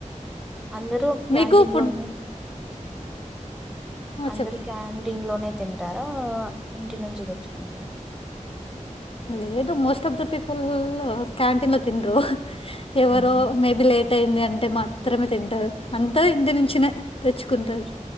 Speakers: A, in the centre; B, on the left.
A: అందరూ క్యాంటీన్
B: మీకు ఫుడ్
A: లో ఉన్
B: ఆ,
A: అందరు
B: చెప్
A: క్యాంటీన్లోనే తింటారా ఇంటి నుంచి తెచ్చుకుంటార
B: లేదు most of the people canteen లో తిన్రు ఎవరో
A: హ్మ్
B: మేబి లేట్ అయింది అంటే మాత్రమే తింటరు అంత ఇంటినుంచినే చ్చుకుంటరు